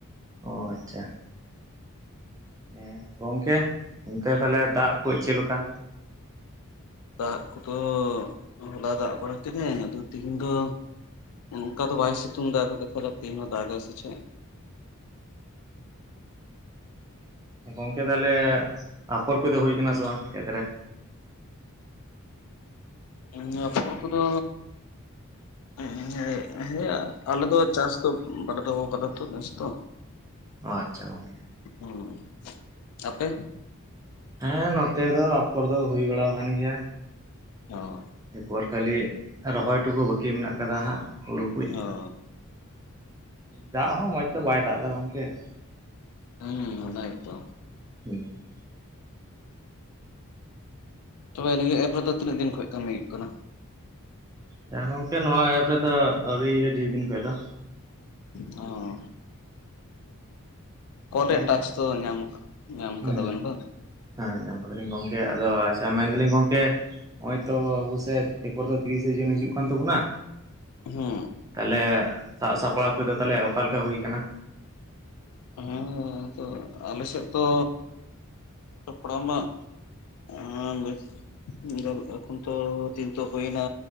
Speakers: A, on the right; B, on the left.
A: ᱚ ᱟᱪᱪᱷᱟ, ᱦᱮᱸ ᱜᱚᱝᱠᱮ ᱚᱱᱛᱮ
B: ᱦᱮᱸ
A: ᱛᱟᱦᱞᱮ ᱫᱟᱜ ᱠᱚ ᱪᱮᱫ ᱞᱮᱠᱟ?
B: ᱫᱟᱜ ᱠᱚᱫᱚ ᱦᱚᱞᱟᱭ ᱫᱟᱜ ᱵᱟᱲᱟ ᱠᱮᱫᱟᱭ ᱟᱫᱚ ᱛᱤᱦᱤᱧ ᱫᱚ ᱱᱚᱝᱠᱟ ᱫᱚ ᱵᱟᱭ ᱥᱤᱛᱩᱝ ᱫᱟ᱾ ᱟᱫᱚ ᱫᱮᱠᱷᱟ ᱡᱟᱠ ᱛᱤᱦᱤᱧ ᱦᱚ ᱫᱟᱜ ᱟᱭ ᱥᱮ ᱪᱮᱫ?
A: ᱜᱚᱝᱠᱮ ᱛᱟᱦᱞᱮ ᱟᱯᱷᱚᱨ ᱠᱚᱫᱚ ᱦᱩᱭ ᱠᱟᱱᱟ ᱥᱮ ᱵᱟᱝ ᱠᱷᱮᱛ ᱨᱮ?
B: ᱱᱚᱣᱟ, ᱟᱯᱷᱩᱨ ᱠᱚᱫᱚ ᱮᱸ, ᱦᱮᱸᱭᱟ, ᱟᱞᱮ ᱫᱚ ᱪᱟᱥ ᱫᱚ, ᱵᱟᱞᱮ ᱫᱚᱦᱚ ᱠᱟᱫᱟ ᱛᱚ ᱱᱮᱥ ᱛᱚ᱾
A: ᱚ, ᱟᱪᱪᱷᱟ ᱜᱚᱝᱠᱮ
B: ᱦᱳᱭ, ᱟᱯᱮ?
A: ᱦᱮᱸ ᱱᱚᱛᱮ ᱫᱚ ᱟᱯᱷᱚᱨ ᱫᱚ ᱦᱩᱭ ᱵᱟᱲᱟᱣ ᱟᱠᱟᱱ ᱜᱮᱭᱟ
B: ᱚ
A: ᱮᱯᱚᱨ ᱠᱷᱟᱹᱞᱤ, ᱨᱚᱦᱚᱭ ᱴᱩᱠᱩ ᱵᱟᱹᱠᱤ ᱢᱮᱱᱟᱜ ᱠᱟᱫᱟ ᱦᱟᱸᱜ, ᱦᱩᱲᱩ ᱠᱩᱡᱼᱼ
B: ᱚ
A: ᱫᱟᱜ ᱦᱚᱸ ᱢᱚᱸᱡᱽ ᱛᱮ ᱵᱟᱭ ᱫᱟᱜ ᱫᱟ ᱜᱚᱝᱠᱮ ᱾
B: ᱦᱩᱸ, ᱚᱱᱟ ᱜᱮᱛᱚ?
A: ᱦᱩᱸ
B: ᱛᱚᱵᱮ ᱱᱤᱭᱟᱹ ᱮᱯ ᱨᱮᱫᱚ ᱛᱤᱱᱟᱹᱜ ᱫᱤᱱ ᱠᱷᱚᱡ ᱠᱟᱹᱢᱤ ᱦᱩᱭᱩᱜ ᱠᱟᱱᱟ?
A: ᱦᱮᱸ ᱜᱚᱝᱠᱮ ᱱᱚᱣᱟ ᱮᱯ ᱨᱮᱫᱚ, ᱟᱹᱣᱨᱤ <unintelligible> ᱟᱹᱰᱤ ᱫᱤᱱ ᱠᱷᱚᱡ ᱫᱚ
B: ᱚ ᱠᱚᱞ
A: ᱦᱮᱸ
B: ᱨᱮᱭᱟᱜ ᱴᱟᱠᱥ ᱛᱚ ᱧᱟᱢ, ᱧᱟᱢ
A: ᱦᱮᱸ
B: ᱠᱟᱫᱟ ᱵᱮᱱ ᱵᱟ?
A: ᱦᱮᱸ ᱧᱟᱢ ᱠᱟᱫᱟᱞᱤᱧ ᱜᱚᱝᱠᱮ, ᱟᱫᱚ ᱟᱪᱪᱷᱟ ᱢᱮᱱ ᱫᱟᱞᱤᱧ ᱜᱚᱝᱠᱮᱼᱼ ᱦᱚᱸᱜ ᱚᱭ ᱛᱚ ᱟᱵᱚ ᱥᱮᱫ, ᱮᱨᱯᱚᱨ ᱫᱚ ᱛᱤᱨᱤᱥᱮ ᱡᱩᱱ ᱦᱤᱡᱩᱜ ᱠᱟᱱ ᱛᱟᱵᱚᱱᱟ᱾
B: ᱦᱩᱸ
A: ᱛᱟᱞᱦᱮ, ᱥᱟᱜ ᱥᱟᱯᱲᱟᱣ ᱠᱚᱫᱚ ᱛᱟᱦᱞᱮ ᱚᱠᱟᱞᱮᱠᱟ ᱦᱩᱭ ᱠᱟᱱᱟ?
B: ᱦᱳᱸ ᱛᱚ ᱟᱞᱮᱥᱮᱛ ᱛᱚᱼᱼ ᱥᱟᱯᱲᱟᱢ ᱢᱟ <inaudible> <inaudible> ᱮᱠᱷᱚᱱ ᱛᱚ ᱛᱤᱱ ᱛᱚ ᱦᱩᱭᱱᱟ,